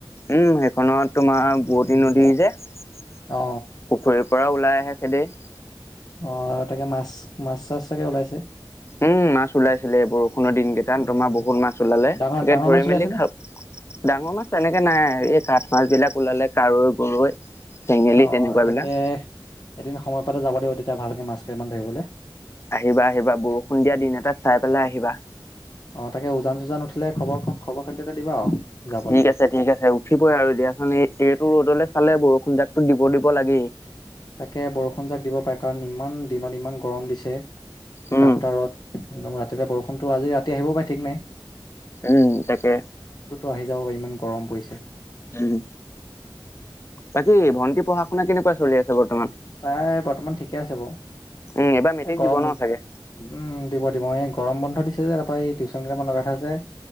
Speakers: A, on the left; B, on the left.
A: উম সেইখনত তোমাৰ
B: উম
A: বুৱতী নদী যে পুখুৰীৰ
B: অ
A: পৰা ওলাই <unintelligible>
B: অঁ তাকে মাছ মাছ চাছ চাগে ওলাইছে?
A: উম মাছ ওলাইছিলে, বৰষুণৰ দিন কেইটাত
B: উম
A: তোমাৰ বহুত মাছ ওলালে,
B: ডাঙৰ
A: তাকে
B: ডাঙৰ
A: ধৰি
B: মাছ ওলাইছে
A: মেলি খাও।
B: নে
A: ডাঙৰ মাছ তেনেকে নাই, এই কাঠ মাছ বিলাক ওলালে কাৱৈ গৰৈ। চেঙেলী
B: অঁ
A: তেনেকুৱা
B: তাকে
A: বিলাক
B: এদিন সময় পালে যাব লাগিব তেতিয়া ভালকে মাছ কেইটামান ধৰিবলে।
A: আহিবা আহিবা বৰষুণ দিয়া দিন এটাত চাই পেলাই আহিবা।
B: অঁ তাকে উজান চুজান উঠিলে খবৰ খ খবৰ খাতি এটা দিবা আৰু। যাবলে
A: ঠিক আছে ঠিক আছে। উঠিবই আৰু দিয়াচোন এই টো ৰ'দলে চালে বৰষুণজাক তহ দিব দিব লাগেই।
B: তাকে বৰষুণ যাক দিব পাৰে কাৰণ ইমান দিনত ইমান গৰম দিছে। টিকাফতাৰ
A: উম
B: ৰদ একদম ৰাতিলে বৰষুণতো আজি ৰাতি আহিবও পাৰে ঠিক নাই
A: উম তাকে
B: ো আহি যাব পাৰি ইমান গৰম পৰিছে
A: উম বাকী ভণ্টি পঢ়া শুনা কেনেকুৱা চলি আছে বৰ্তমান
B: তাই বৰ্তমান ঠিকে আছে বাৰু
A: উম এইবাৰ মেট্ৰিক
B: এ গৰম
A: দিব ন
B: উম
A: চাগে
B: দিব দিব এই গৰম বন্ধত দিছে যে তাৰৰা এই টিউচন কেইটান লগাই থ আ যে